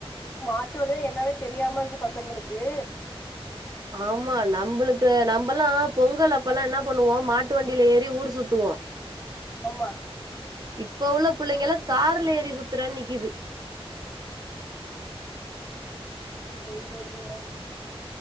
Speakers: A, on the left (about 20°); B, on the right (about 40°).
A: மாட்டு வடு என்னானே தெரியாம இருக்கு பசங்களுக்கு
B: ஆமா நம்பளுக்கு நம்பல்லா பொங்கல் அப்பல்லா என்னா பண்ணுவோ மாட்டு வண்டியில ஏறி ஊர் சுத்துவோ
A: ஆமா
B: இப்ப உள்ள புள்ளைங்க எல்லா கார்ல ஏறி சுத்துறேன் நிக்குது
A: செரி செரிங்க